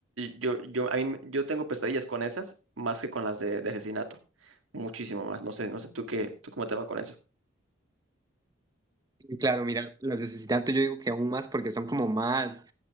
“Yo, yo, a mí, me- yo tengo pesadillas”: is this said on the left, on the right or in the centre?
Right